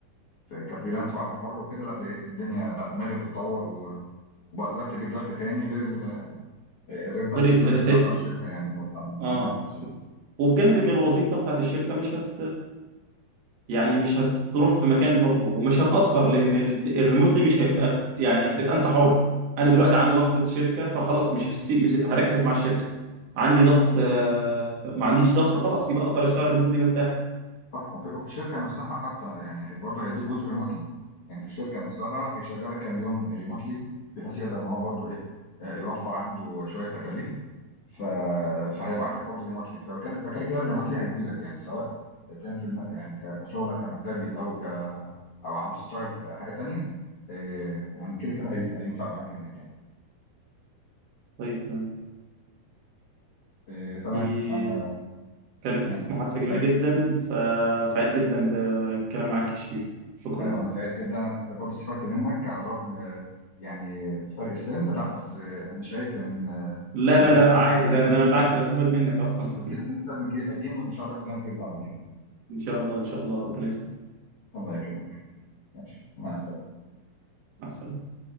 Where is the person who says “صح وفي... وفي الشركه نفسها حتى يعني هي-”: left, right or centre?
Left